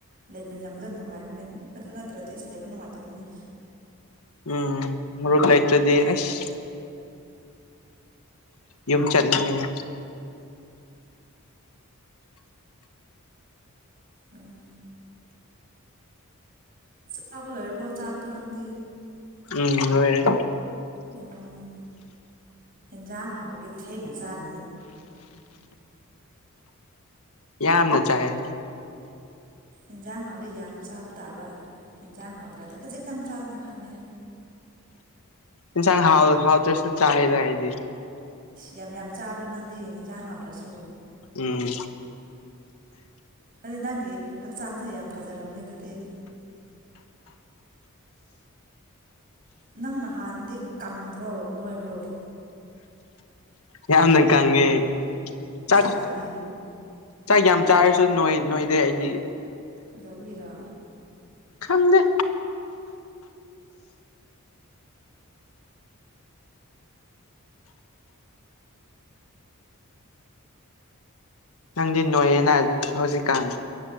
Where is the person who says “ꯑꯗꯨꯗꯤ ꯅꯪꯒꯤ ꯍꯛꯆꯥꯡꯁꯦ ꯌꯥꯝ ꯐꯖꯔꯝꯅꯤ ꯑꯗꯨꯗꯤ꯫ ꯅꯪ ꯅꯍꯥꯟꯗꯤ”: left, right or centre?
Right